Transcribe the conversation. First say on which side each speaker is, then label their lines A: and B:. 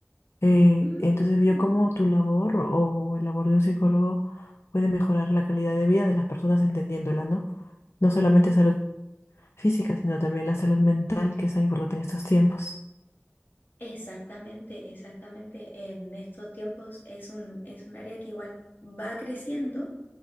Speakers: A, on the left (about 75°); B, on the left (about 50°).
A: Eh,
B: Mm.
A: entonces vio cómo tu labor o el labor de un psicólogo puede mejorar la calidad de vida de las personas entendiéndola, ¿no? No solamente salud física, sino también la salud mental, que es tan importante en estos tiempos.
B: Exactamente, exactamente. En estos tiempos es un, es un área que igual va creciendo